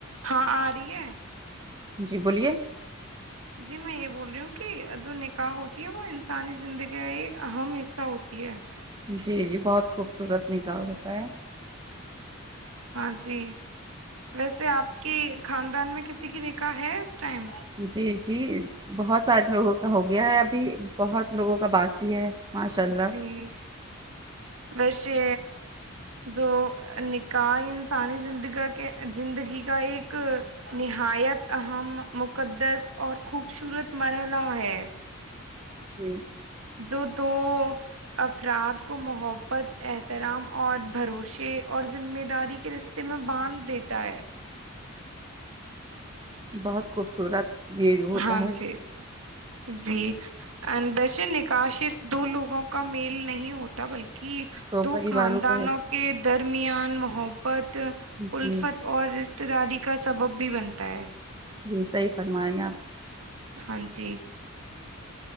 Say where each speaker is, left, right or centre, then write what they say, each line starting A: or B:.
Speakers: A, on the right; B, on the right.
A: ہاں آ رہی ہے
B: جی بولیے
A: جی میں یہ بول رہی ہوں کہ جو نکاح ہوتی ہے وہ انسانی زندگی کا اہم ایسا ہوتی ہے
B: جی جی بہت خوبصورت نگار ہوتا ہے
A: ہاں جی ویسے آپ کی خاندان میں کسی کی نکاح ہے اس ٹائم
B: جی جی بہت سارے لوگوں کا ہو گیا ہے ابھی بہت لوگوں کا باقی ہے ماشاء اللہ
A: جی ویسے جو نکاح انسانی زندگ کے زندگی کا ایک نہایت اہم مقدس اور خوبصورت مرحلہ ہے
B: ہوں
A: جو دو افراد کو محبت احترام اور بھروسے اور ذمہ داری کے رشتے میں باندھ دیتا ہے
B: بہت خوبصورت یہ ہوتا
A: ہاں
B: ہے
A: جی جی ا ویسے نکاح صرف دو لوگوں کا میل نہیں ہوتا بلکہ کہ دو
B: پریواروں
A: خاندانوں
B: کا
A: کے درمیان محبت
B: جی
A: الفت اور ابتداری کا سبب بھی بنتا ہے
B: جی صحیح فرمائیں آپ
A: ہاں جی